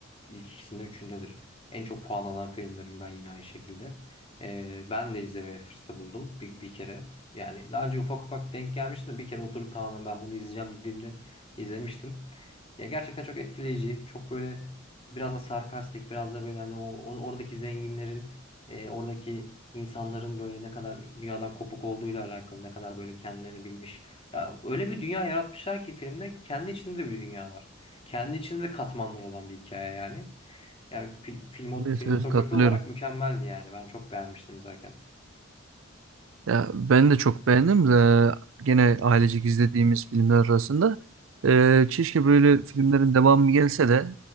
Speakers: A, on the left; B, on the right.
A: ilk ikisinde üçündedir. En çok puanlanan filmlerinden yine aynı şekilde. Ee, ben de izlemeye fırsatı buldum bir, bir kere. Yani daha önce ufak ufak denk gelmiştim de bir kere oturup tamamen ben bunu izleyeceğim dediğimde izlemiştim. Ya gerçekten çok etkileyici. Çok böyle biraz da sarkastik, biraz da böyle hani o, o- oradaki zenginlerin e, oradaki insanların böyle ne kadar dünyadan kopuk olduğuyla alakalı ne kadar böyle kendilerini bilmiş. Ya öyle bir dünya yaratmışlar ki filmde kendi içinde de bir dünya var. Kendi içinde de katmanlar olan bir hikaye yani. Ya fil- filmo-
B: Evet,
A: filmotografi
B: evet, katılıyorum.
A: olarak mükemmeldi yani. Ben çok beğenmiştim izlerken.
B: Ya ben de çok beğendim. de gene ailecek izlediğimiz filmler arasında. Ee, keşke böyle filmlerin devamı gelse de